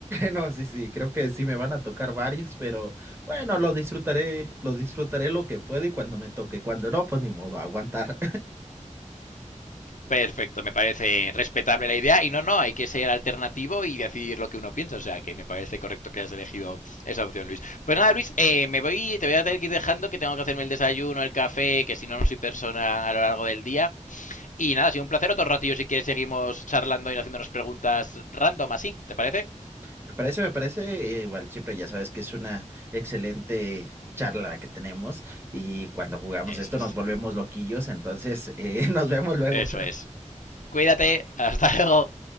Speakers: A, on the right; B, on the left.
A: No, sí, sí, creo que sí me van a tocar varios, pero bueno, lo disfrutaré, lo disfrutaré lo que pueda y cuando me toque, cuando no, pues ni modo, aguantar.
B: Perfecto, me parece respetable la idea y no, no, hay que ser alternativo y decir lo que uno piensa, o sea que me parece correcto que hayas elegido esa opción, Luis. Pues nada, Luis, eh, me voy, te voy a tener que ir dejando que tengo que hacerme el desayuno, el café, que si no, no soy persona a lo largo del día. Y nada, ha sido un placer, otro ratillo si quieres seguimos charlando y haciéndonos preguntas random así, ¿te parece?
A: Me parece, me parece, eh, igual siempre ya sabes que es una excelente charla la que tenemos y cuando jugamos
B: Eso
A: esto
B: es,
A: nos volvemos loquillos, entonces eh, <laughs> nos vemos luego.
B: eso es. Cuídate, hasta luego.